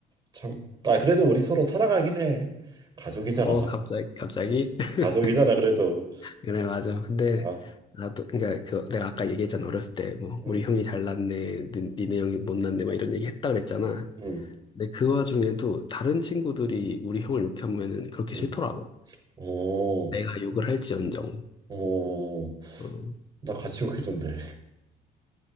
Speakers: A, on the right; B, on the left.
A: 참 아, 그래도 우리 서로 사랑하긴 해 가족이잖아
B: 어, 갑자기, 갑자기?
A: 어,
B: <laughs>
A: 가족이잖아 그래도
B: 그래, 맞아. 근데,
A: 아
B: 나도, 그니까, 그, 내가 아까 얘기했잖아. 어렸을 때, 뭐,
A: 음.
B: 우리 형이 잘났네, 니, 니네 형이 못났네, 막 이런 얘기 했다 그랬잖아.
A: 응,
B: 근데 그 와중에도 다른 친구들이 우리 형을 욕하면은 그렇게
A: 응.
B: 싫더라고.
A: 오,
B: 내가 욕을 할지언정.
A: 오,
B: 어.
A: 나 같이 욕했는데.